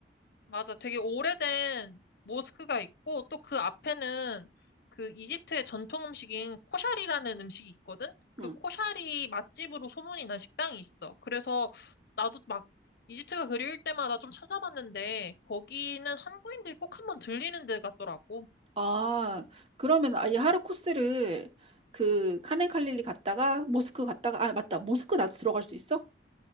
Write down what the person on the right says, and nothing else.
음.
아, 그러면 아예 하루 코스를 그 카넨 칼릴리 갔다가 모스크 갔다가 아, 맞다. 모스크 나도 들어갈 수 있어?